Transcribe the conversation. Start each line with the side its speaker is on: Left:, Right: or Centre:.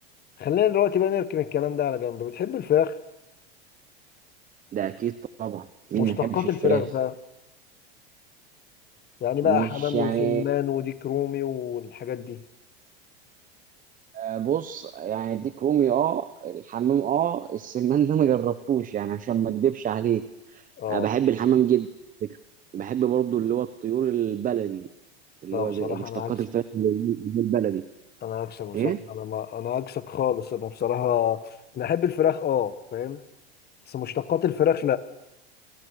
Left: خلينا دلوقتي بقى نركن الكلام ده على جنب بتحب الفراخ
Right: ده اكيد طبعا مين
Left: مشتقات
Right: ما يحبش الفراخ
Left: الفراخ بقى يعني بقى
Right: مش
Left: حمام
Right: يعني
Left: وسلمان وديك رومي والحاجات دي
Right: آه، بص يعني ديك رومي اه الحمام اه السمان ده ما جربتوش يعني عشان ما اكدبش عليك
Left: اه
Right: انا بحب الحمام جدا على فكرة. بحب برضو اللي هو الطيور البلدي اللي
Left: لا
Right: هو
Left: بصراحه
Right: زي مشتقات
Left: انا عكسك
Right: الفراخ اللي هي البلدي
Left: انا عكسك بصراحه
Right: ايه
Left: انا ما انا عكسك خالص انا بصراحه بحب الفراخ اه فاهم بس مشتقات الفراخ لا